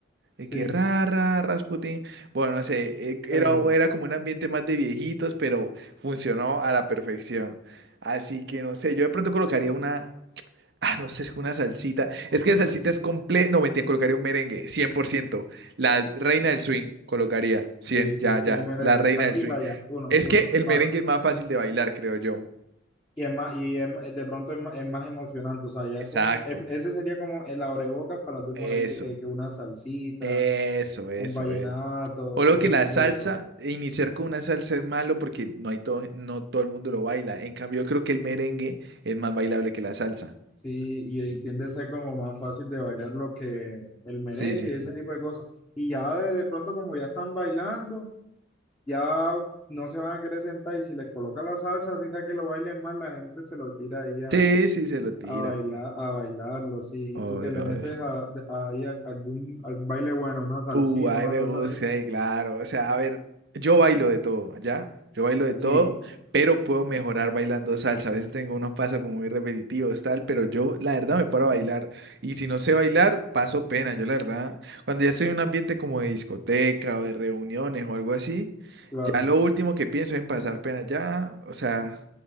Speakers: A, on the right (about 60°); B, on the left (about 20°).
A: De
B: sí,
A: que ra, ra, Rasputín. Bueno, no sé, eh, era,
B: ese.
A: era como un ambiente más de viejitos, pero funcionó a la perfección. Así que no sé, yo de pronto colocaría una, Ah, no sé, es que una salsita. Es que la salsita es completa. No, mentira, colocaría un merengue, 100%. La reina del swing, colocaría. 100,
B: Sí, sí,
A: ya,
B: sí,
A: ya.
B: un merengue.
A: La reina
B: Pa' aquí,
A: del swing.
B: para allá. Uno,
A: Es
B: uno,
A: que el
B: pa.
A: merengue es más fácil de bailar, creo yo.
B: Y es más, y es ma- de pronto es ma- es más, emocionante. O sea, ya
A: Exacto.
B: con, em- ese sería como el abrebocas para tú
A: Eso,
B: ponerte que, que una salsita,
A: eso, eso,
B: un vallenato
A: es. O lo
B: y ese
A: que la
B: tipo
A: salsa,
B: de cosas.
A: iniciar con una salsa es malo porque no hay todo, no todo el mundo lo baila. En cambio, yo creo que el merengue es más bailable que la salsa.
B: Sí, y ahí
A: Ujú.
B: tiende a ser como más fácil de bailar lo que el merengue
A: Sí, sí,
B: y
A: sí.
B: ese tipo de cosas. Y ya de, de pronto como ya están bailando, ya no se van a querer sentar y si les coloca la salsa, así sea que lo bailen más, la gente se lo tira ahí a,
A: Sí, sí, se lo tira.
B: a bailar, a bailarlo. Sí,
A: Obvio,
B: y tú que le metes
A: obvio.
B: a, de- ahí a- algún, algún baile bueno, una salsita,
A: Uh, ay,
B: una
A: me
B: cosa
A: gusta,
B: así.
A: ay, claro. O sea, a ver, yo bailo de todo, ¿ya? Yo bailo de todo,
B: Sí,
A: pero puedo mejorar bailando salsa. A veces tengo unos pasos como muy repetitivos, tal, pero yo, la verdad, me paro a bailar. Y si no sé bailar, paso pena. Yo, la verdad, cuando ya estoy en un ambiente como de discoteca o de reuniones o algo así,
B: claro.
A: ya lo último que pienso es en pasar pena. Ya, o sea,